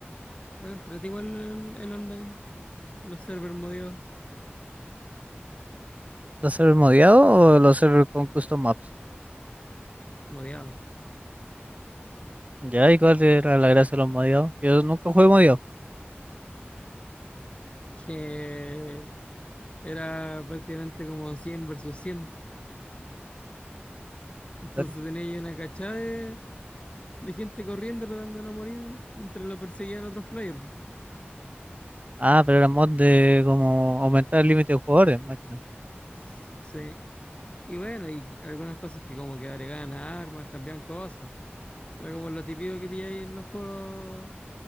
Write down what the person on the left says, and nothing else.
Era entrete igual el, el online. Los servers modeados.
Modeados. <laughs>
Que era prácticamente como 100 versus cien Entonces
tenía ahí una cachada de, de gente corriendo tratando de no morir mientras lo perseguían otros players.
S- Sí. Y bueno, y algunas cosas que como que agregaban armas, cambiaban cosas. Será como lo típico que pilláis en los juegos,